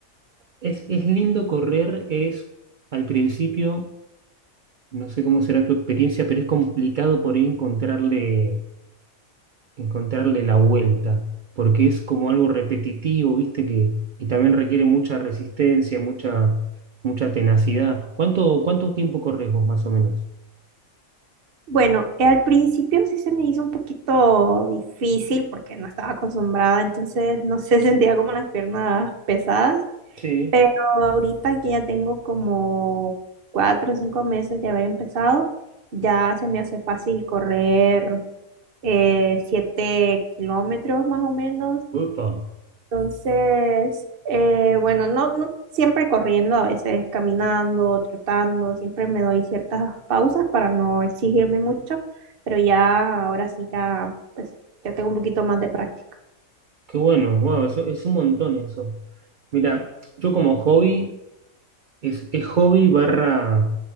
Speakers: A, on the right; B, on the right.
A: es, es lindo correr, es al principio, no sé cómo será tu experiencia, pero es complicado por ahí encontrarle encontrarle la vuelta, porque es como algo repetitivo, ¿viste? Que, y también requiere mucha resistencia, mucha, mucha tenacidad. ¿Cuánto, cuánto tiempo corres vos más o menos?
B: Bueno, eh, al principio sí se me hizo un poquito difícil porque no estaba acostumbrada, entonces no sé, <laughs> sentía como las piernas pesadas.
A: Sí.
B: Pero ahorita que ya tengo como cuatro o cinco meses de haber empezado, ya se me hace fácil correr eh, siete kilómetros más o menos.
A: Upa,
B: Entonces, eh, bueno, no, no siempre corriendo, a veces caminando, trotando, siempre me doy ciertas pausas para no exigirme mucho, pero ya ahora sí ya, pues, ya tengo un poquito más de práctica.
A: qué bueno, wow, eso, es un montón eso. Mira, yo como hobby. Es, es hobby barra,